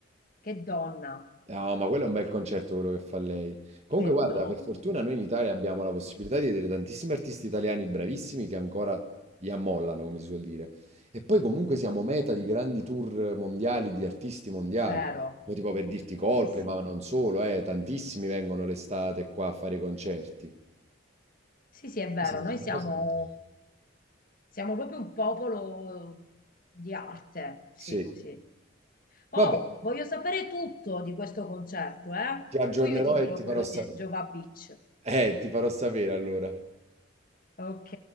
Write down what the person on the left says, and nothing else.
che donna,
che
donna,
vero?
Sì, sì,
sì, sì, è vero, noi
siamo,
siamo proprio un popolo di arte, sì,
sì. Oh,
voglio sapere tutto di questo concerto, eh?
Poi io ti dirò
quello
di Giova Beach.
Ok.